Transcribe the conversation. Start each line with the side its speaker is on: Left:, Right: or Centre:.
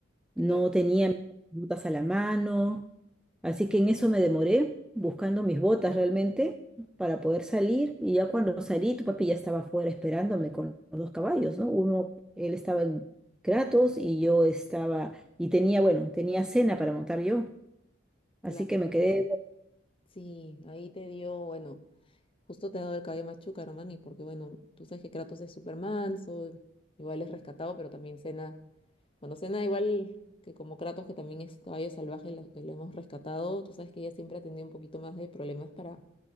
Centre: no
Left: Claro,
Centre: tenía mis botas a la mano, así que en eso me demoré buscando mis botas realmente para poder salir y ya cuando salí tu papi ya estaba afuera esperándome con los dos caballos, ¿no? Uno, él estaba en Kratos y yo estaba, y tenía, bueno, tenía cena para montar yo,
Left: claro.
Centre: así que me quedé,
Left: Sí, ahí te dio, bueno, justo te ha dado el caballo más chúcaro, mami, porque bueno, tú sabes que Kratos es súper manso, igual es rescatado, pero también Cena, bueno, Cena igual que como Kratos, que también es caballo salvaje, la- que lo hemos rescatado, tú sabes que ella siempre ha tenido un poquito más de problemas para